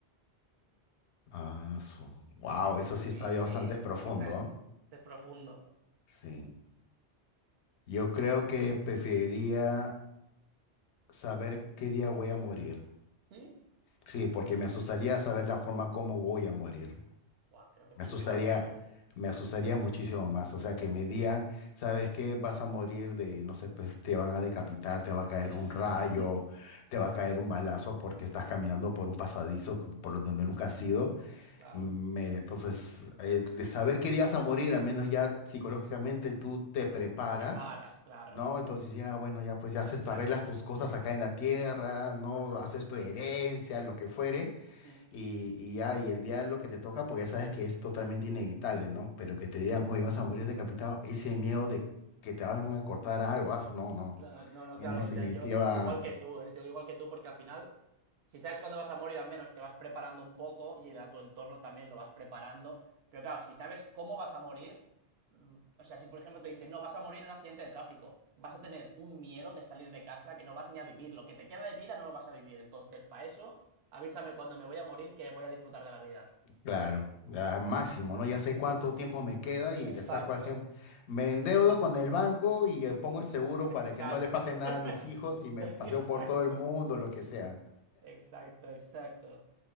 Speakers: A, on the left; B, on the right.
A: Ah, su. Wow, eso
B: Sí,
A: sí está
B: sí,
A: ya bastante profundo,
B: esta, este
A: ¿ah?
B: es profundo.
A: Sí. Yo creo que preferiría saber qué día voy a morir.
B: ¿Sí?
A: Sí, porque me asustaría saber la forma como voy a morir.
B: Buah, creo que
A: Me
B: pienso
A: asustaría,
B: igual que tú.
A: me asustaría muchísimo más. O sea, que me digan, ¿sabes qué? Vas a morir de, no sé, pues te van a decapitar, te va a caer
B: <laughs>
A: un rayo, te va a caer un balazo porque estás caminando por un pasadizo c- por donde nunca has ido.
B: Claro,
A: Mm, Mira, entonces, eh, de saber qué día vas a morir, al menos ya psicológicamente tú te preparas.
B: te preparas, claro.
A: No, entonces ya, bueno, ya pues ya haces,
B: Exacto.
A: tú arreglas tus cosas acá en la tierra, no
B: Ajá.
A: haces tu herencia, lo que fuere
B: Ujú.
A: y, y ya, y el día de lo que te toca, porque ya sabes que es totalmente inevitable, ¿no? Pero que te digan, oye, vas a morir decapitado, ese miedo de que te van a cortar algo, ah, no, no.
B: Claro, No, no,
A: En
B: claro,
A: definitiva,
B: o sea, yo igual que tú, ¿eh? Yo igual que tú, porque al final, si sabes cuándo vas a morir, al menos te vas preparando un poco y a tu entorno también lo vas preparando. Pero claro, si sabes cómo vas a morir, mm, o sea, si por ejemplo te dicen, no, vas a morir en un accidente de tráfico, vas a tener un miedo de salir de casa que no vas ni a vivir. Lo que te queda de vida no lo vas a vivir. Entonces, para eso, avísame cuando me voy a morir que voy a disfrutar de la vida.
A: claro, al máximo,
B: Totalmente.
A: ¿no? Ya sé cuánto tiempo me queda y
B: Exacto.
A: le saco al 100. Me endeudo con el banco y eh, pongo el seguro para
B: Exacto.
A: que no le pase nada
B: <laughs>
A: a mis hijos y me paseo
B: Exacto.
A: por todo el mundo, lo que sea.
B: Exacto, exacto.